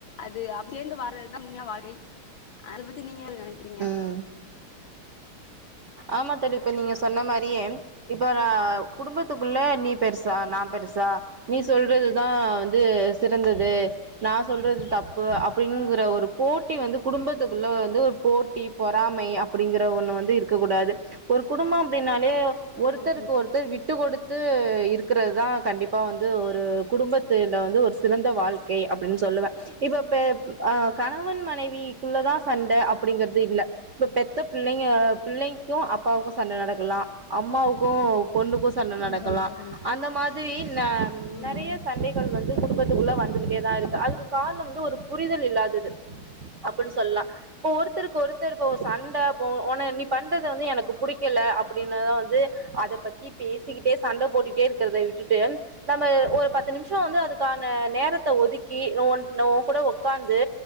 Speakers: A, on the left; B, on the right.
A: அது அபு சேந்து வாழ்றதுதா உண்மையான வாழ்கை அத பத்தி நீங்க என்ன நனைக்கிறீங்க
B: ம் ஆமா தோழி இப்ப நீங்க சொன்ன மாரியே இப்ப நா குடும்பத்துக்கு குள்ள நீ பெருசா நா பெருசா நீ சொல்றதுதா வந்து சிறந்தது நா சொல்றது தப்பு அப் அப்டிங்கிற, ஒரு போட்டி வந்து குடும்பத்துக்குள்ள வந்து ஒரு போட்டி பொறாமை அப்படிங்கிற ஒன்னு வந்து இருக் க்க கூடாது. ஒரு குடும்போ அப்டின்னாலே ஒருத்தருக்கு
A: ஆமா
B: ஒருத்தர் விட்டு குடுத்து. இருக்கிறது தா கண்டிப்பா வந்து ஒரு குடும்பத்தில வந்து ஒரு சிறந்த வாழ்க்கை அப்டின்னு சொல்லுவே இப்ப பே அ. கணவன் மனைவிக்குள்ளதா சண்ட அப்படிங்கறது இல்ல இப்ப பெத்த பிள்ளைங்க பிள்ளைக்கு அப்பாவுக்கு சண்ட நடக்கலா அம்மாவுக்கு பொண்ணுக்குஸ் சண்ட
A: கண்டிப்பா
B: நடக்கலா
A: கண்டிப்பா
B: அந்த மாதிரி ந
A: ம்
B: நறைய சண்டை கள் வந்து குடும்பத்துக்குள்ள வந்துகிட்டே தா இருக்கு. அதுக்கு காரணம் வந்து ஒரு புரிதல் இல்லாதது. அப்பின்னு சொல்லலா இப்ப ஒருத்தருக்கு ஒருத்தர் இப்ப சண்ட போ ஒன்ன நீ பண்றது வந்து எனக்கு பிடிக்கல, அப்படினுதா வந்து அதப்பத்தி பேசிக்கிட்டே. சண்ட போட்டுட்டே இருக்கிறத விட்டுட்டு நம்ம ஒரு பத்து நிமிஷோ வந்து அதுக்கான நேரத்த ஒதுக்கி ஒ நோ கூட உக்காந்து